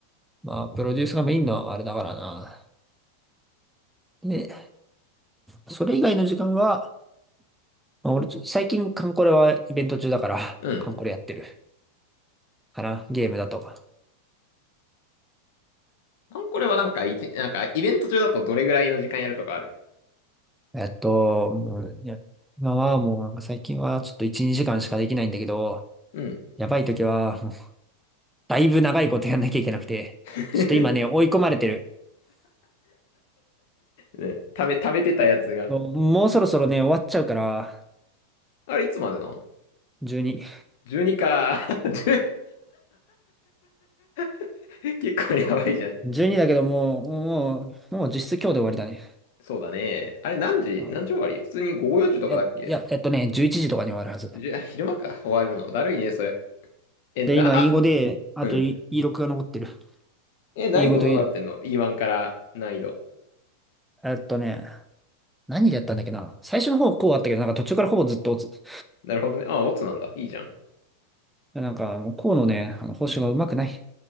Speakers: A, in the centre; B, on the left.
A: まあ、プロデュースがメインのあれだからな。で、それ以外の時間は、まあ、俺ちょ、最近、カンコレはイベント中だから、
B: うん。
A: カンコレやってる。かな、ゲームだと。
B: あんこれはなんか、いちなんか、イベント中だとどれぐらいの時間やるとかある
A: えっと、もう、いや、今はもう、なんか最近はちょっと1、2時間しかできないんだけど、
B: うん。
A: やばい時は、もうだいぶ長いことやんなきゃいけなくて、
B: <laughs>
A: ちょっと今ね、追い込まれてる。
B: ね、食べ、食べてたやつが。
A: もうもうそろそろね、終わっちゃうから、
B: あれ、いつまでなの
A: 12。
B: ?12 か。<laughs> 12? 結構やばいじゃん。
A: 12だけどもう、もう、もう実質今日で終わりだね。
B: そうだね。あれ、何時何時終わり普通に午後4時とかだっけ
A: うんいや、いや、えっとね、11時とかに終わるはず。
B: じゅあ、昼間か。終わるの。だるいね、それ。え、な、
A: で、今、
B: あ、
A: E5 で、あと
B: うん。
A: E- E6 が残ってる。
B: え、難易度どうなってんの
A: E5 と E6。
B: ?E1 から難易度。
A: えっとね、何でやったんだっけな。最初の方、こうあったけど、なんか途中からほぼずっと落つ。
B: なるほどね。あ、オッツなんだ。いいじゃん。
A: なんか、もうこうのね、あの報酬がうまくない。